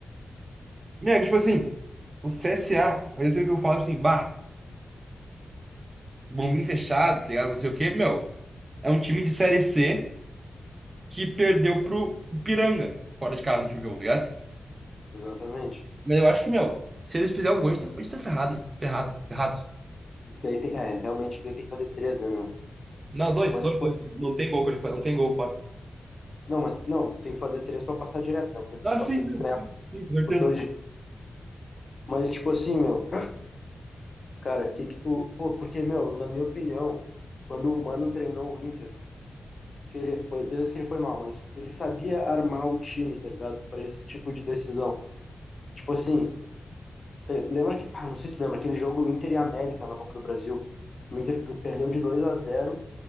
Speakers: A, on the right; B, on the left.
A: Meu, é que, tipo assim, o C S A. ao mesmo tempo que eu falo, tipo assim, bah, bombinho fechado, tá ligado? Não sei o quê, meu. É um time de Série C que perdeu pro Ipiranga, fora de casa no último jogo, tá ligado?
B: Exatamente.
A: Mas eu acho que, meu, se eles fizerem um gol, a gente tá, a gente tá ferrado, meu. Ferrado, ferrado.
B: Daí tem, é, realmente daí tem que fazer três, né, meu?
A: Não, dois,
B: Mas,
A: dois,
B: tipo,
A: dois. Não tem gol qualificado, não tem gol fora.
B: não, mas não, tem que fazer três pra passar direto, né? O Grêmio tem
A: Ah,
B: que, pa-
A: sim,
B: tem
A: não,
B: que ganhar
A: sim, sim, com certeza.
B: por dois. Mas, tipo assim, meu, cara, que que tu. Pô, porque, meu, na minha opinião, quando o Mano treinou o Inter, que ele, foi- beleza que ele foi mal, mas ele sabia armar o time, tá ligado? Pra esse tipo de decisão. Tipo assim, eh, Lembra que, ah, não sei se tu lembra, aquele jogo Inter e América na Copa do Brasil, que o Inter perdeu de 2 a zero